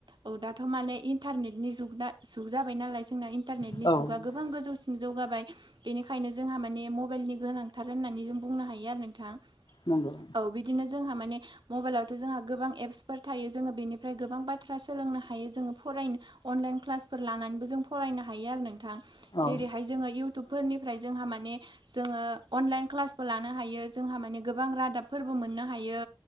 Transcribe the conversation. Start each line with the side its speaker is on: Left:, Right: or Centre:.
Right: औ दाथ' माने इन न्टारनेटनि जुगा जुग जाबाय नालाय जोंना इन्टारनेटनि
Left: नंगौ
Right: जुगा गोबां गोजौसिन जौगाबाय बेनिखायनो जोंहा माने मबाइलनि गोनांथार होननानै जों बुंनो हायो आरो नोंथां
Left: नंगौ
Right: औ बिदिनो जोंहा माने मबाइलावथ' जोंहा गोबां एप्स फोर थायो जोङो बेनिफ्राय गोबां बाथ्रा सोलोंनो हायो जोङो फरायनो अनलाइन क्लासफोर लानानैबो जों फरायनो हायो आरो नोंथां
Left: औ
Right: जेरैहाय जोङो इउ टुबफोरनिफ्राय जोंहा माने जोङो अनलाइन क्लासबो लानो हायो जोंहा माने गोबां रादाबफोरबो मोननो हायो